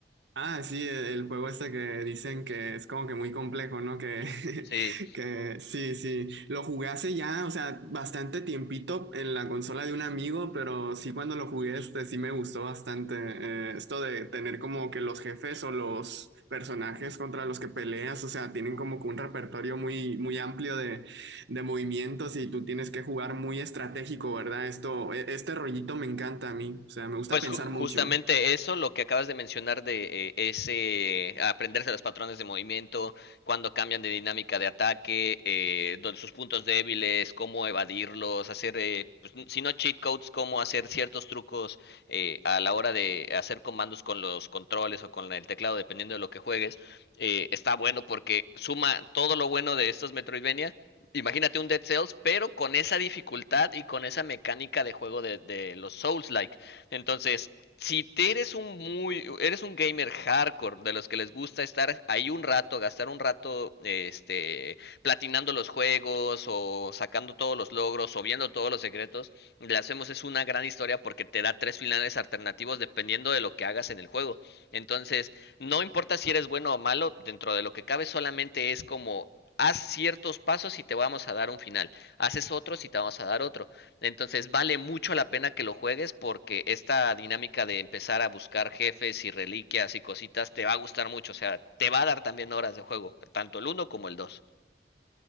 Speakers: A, on the right; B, on the left.
A: Ah, sí, el el juego este que dicen que es como que muy complejo, ¿no? Que, <laughs>
B: Sí.
A: que sí, sí. Lo jugué hace ya, o sea, bastante tiempito en la consola de un amigo, pero sí cuando lo jugué este sí me gustó bastante. eh, esto de tener como que los jefes o los personajes contra los que peleas, o sea, tienen como que un repertorio muy, muy amplio de, de movimientos y tú tienes que jugar muy estratégico, ¿verdad? Esto, e- este rollito me encanta a mí, o sea, me gusta
B: Pues
A: pensar
B: ju-
A: mucho.
B: justamente eso, lo que acabas de mencionar de eh, ese aprenderse los patrones de movimiento, cuando cambian de dinámica de ataque, eh, don- sus puntos débiles, cómo evadirlos, hacer, eh, pues, si no cheat codes, cómo hacer ciertos trucos eh, a la hora de hacer comandos con los controles o con el teclado, dependiendo de lo que juegues, eh, está bueno porque suma todo lo bueno de estos Metroidvania. Imagínate un Dead Cells, pero con esa dificultad y con esa mecánica de juego de, de los Souls-like entonces, si te eres un muy, eres un gamer hardcore de los que les gusta estar ahí un rato, gastar un rato, este, platinando los juegos o sacando todos los logros o viendo todos los secretos, le hacemos es una gran historia porque te da tres finales alternativos dependiendo de lo que hagas en el juego. Entonces, no importa si eres bueno o malo, dentro de lo que cabe solamente es como haz ciertos pasos y te vamos a dar un final, haces otros y te vamos a dar otro. Entonces vale mucho la pena que lo juegues porque esta dinámica de empezar a buscar jefes y reliquias y cositas te va a gustar mucho. O sea, te va a dar también horas de juego, tanto el uno como el dos.